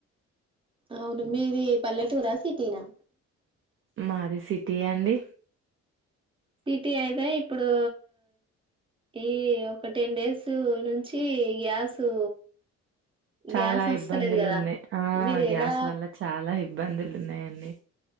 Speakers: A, on the right; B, on the right.
A: అవును మీది పల్లెటూరా సిటీనా
B: మాది సిటీయా అండి
A: సిటీ అయితే ఇప్పుడు ఈ ఒక టెన్ డేస్ నుంచి గ్యాసు
B: చాలా
A: గ్యాస్ వస్తలేదు
B: ఇబ్బందులు
A: కదా
B: ఉన్నాయి ఆ
A: మీరు
B: గ్యాస్
A: ఎలా
B: వల్ల చాలా ఇబ్బందులు ఉన్నాయండి